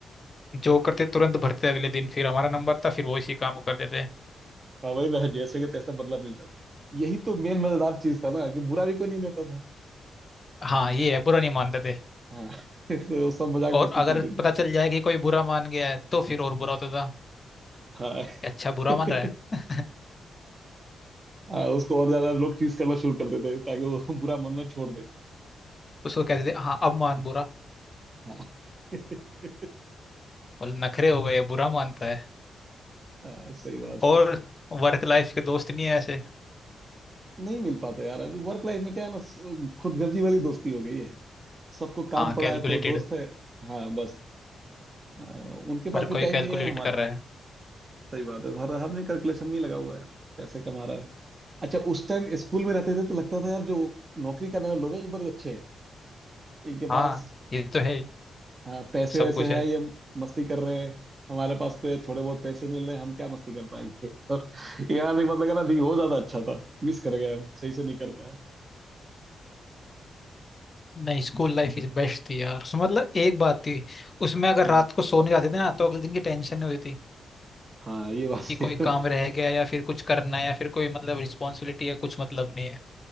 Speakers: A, on the left (about 40°); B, on the right (about 40°).
A: जो करते तुरंत भरते अगले दिन फिर हमारा नंबर था फिर वो इसी काम को करते थे
B: हाँ वही ना जैसे कि तैसे बदला मिलता था यही तो मेन मजेदार चीज था ना कि बुरा भी कोई नहीं लेता था
A: हाँ ये है बुरा नहीं मानते थे
B: हाँ <laughs> तो सब मजाक
A: और
B: मस्ती
A: अगर
B: चल रही थी
A: पता चल जाए कि कोई बुरा मान गया है तो फिर और बुरा होता था
B: हाँ
A: कि अच्छा बुरा
B: <laughs>
A: मान रहा है
B: हाँ, उसको और ज्यादा लोग टीज करना शुरू कर देते ताकि वो बुरा मानना छोड़ दे
A: <laughs> उसको कहते थे हाँ अब मान बुरा
B: हाँ <laughs>
A: बोले नखरे हो गए बुरा मानता है
B: हाँ, सही बात
A: और
B: है
A: वर्क लाइफ के दोस्त नहीं है ऐसे
B: नहीं मिल पाते यार अभी वर्क लाइफ में क्या है ना स- खुदगर्जी वाली दोस्ती हो गई है सबको काम
A: हाँ
B: पड़ा
A: कैलकुलेटेड
B: है तो दोस्त है हाँ बस अ, उनके पास
A: हर
B: भी
A: कोई
B: टाइम
A: कैलकुलेट
B: नहीं है हमारे
A: कर रहा है
B: सही बात है हर आदमी कैलकुलेशन में ही लगा हुआ है पैसे कमा रहा है अच्छा उस टाइम स्कूल में रहते थे तो लगता था यार जो नौकरी करने वाले लोग हैं ये बड़े अच्छे हैं इनके
A: हाँ
B: पास
A: ये तो है ही,
B: हाँ, पैसे
A: सब
B: वैसे
A: कुछ है
B: है ये मस्ती कर रहे हैं हमारे पास तो ये थोड़े बहुत पैसे मिल रहे हैं हम क्या मस्ती कर पाएंगे <laughs> और यार एक बात लगा ना नहीं वो ज्यादा अच्छा था मिस कर गया हम, सही से नहीं कर पाया
A: नहीं स्कूल लाइफ इज बेस्ट थी यार उसमें मतलब एक बात थी उसमें अगर
B: हम्म।
A: रात को सोने जाते थे ना तो अगले दिन की टेंशन नहीं होती थी
B: हाँ ये बात
A: कि कोई
B: है <laughs>
A: काम रह गया या फिर कुछ करना है या फिर कोई मतलब रिस्पॉन्सिबिलिटी है कुछ मतलब नहीं है